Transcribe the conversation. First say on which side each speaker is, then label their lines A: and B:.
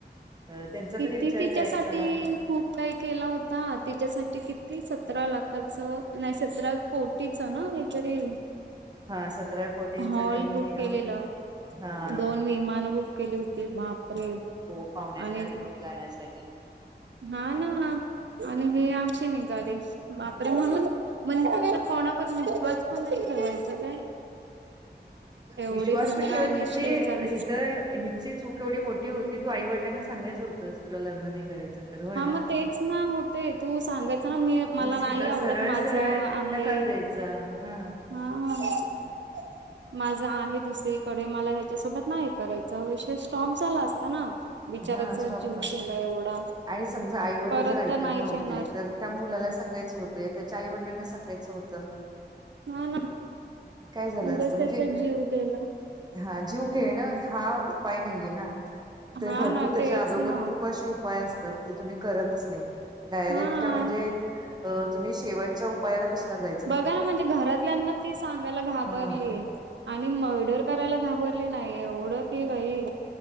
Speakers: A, on the right; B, on the right.
A: अ त्यांचा
B: किती
A: तरी विचार
B: तिच्यासाठी
A: करायचा
B: खूप काही केला होता तिच्यासाठी किती सतरा लाखाचं नाही सतरा कोटीच ना काहीतरी
A: हा सतरा कोटींचा
B: हॉल
A: त्यांनी
B: बुक केलेला
A: हा
B: दोन विमान बुक केली होती बापरे
A: हो पाहुण्यांना
B: आणि
A: घेऊन जाण्यासाठी
B: हा ना आणि हे अशी निघाले बापरे म्हणून म्हणजे आता कोणावर विश्वास पण नाही ठेवायचा काय एवढी
A: विश्वास
B: दुनिया
A: पण ठेवायचा
B: निष्ठूर
A: म्हणजे
B: झाली
A: इथ ची चूक एवढी मोठी होती तू आईवडलांना सांगायचं होतस तु लग्न नाही करायं तर होय
B: हा
A: ना
B: मग तेच ना होते तू सांगायचं ना मी मला
A: सिधा
B: नाही आवडत
A: सरळ
B: माझं
A: सरळ
B: आहे
A: नकार द्यायच चा हा
B: हा माझ आहे दुसरीकडे मला ह्याच्यासोबत नाही करायच विषय स्टॉप झाला असता ना बिचाराचा
A: हा स्टॉप
B: जीव गेला एवढा
A: आणि समजा आई वडील
B: परत
A: जर ऐकत
B: तर नाहीच
A: नव्हते
B: येणार.
A: तर त्या मुलाला सांगायचं होतं त्याच्या आई वडिलांना सांगायचं होतं
B: हा ना
A: काय झालं
B: उगच
A: असत म्हणजे
B: त्याचा जीव गेला
A: हा जीव घेणं हा उपाय नाहीये ना ते
B: हा
A: भरपूर
B: ना
A: त्याच्या
B: तेच
A: अगोगर
B: ना
A: खूप असे उपाय असतात ते तुम्ही करतच नाही डायरेक्ट
B: हा.
A: म्हणजे अ तुम्ही शेवटच्या उपायाला कशाला जायच
B: बघा ना म्हणजे घरातल्यांना ती सांगायला घाबरली.
A: हा
B: आणि मर्डर करायला घाबरली नाही, एवढं ती बाई